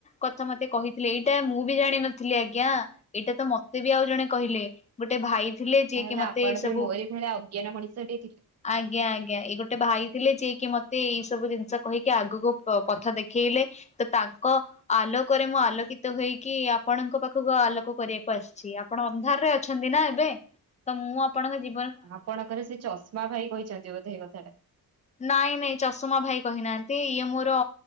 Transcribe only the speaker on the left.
କଥା ମତେ କହିଥିଲେ। ଏଇଟା ମୁଁ ବି ଜାଣିନ ଥିଲି ଆଜ୍ଞା। ଏଇଟା ତ ମତେ ବି ଆଉ ଜଣେ କହିଲେ। ଗୋଟେ ଭାଇ ଥିଲେ ଯିଏ
କି ମତେ
ଏ ସବୁ
ଆଜ୍ଞା ଆଜ୍ଞା, ଏଇ ଗୋଟେ ଭାଇ ଥିଲେ ଯିଏ କିି ମତେ ଏଇ ସବୁ ଜିନିଷ କହିକି ଆଗକୁ ପ ପଥ ଦେଖେଇଲେ। ତ ତାଙ୍କ ଆଲୋକରେ ମୁଁ ଆଲୋକିତ ହେଇକି ଆ ଆପଣଙ୍କ ପାଖକୁ ଆଲୋକ କରିବାକୁ ଆସିଚି। ଆପଣ ଅନ୍ଧାରରେ ଅଛନ୍ତି ନା ଏବେ, ତ ମୁଁ ଆପଣଙ୍କ ଜି
ନାଇଁ ନାଇଁ ଚଷମା ଭାଇ କହିନାହାନ୍ତି, ଇଏ ମୋର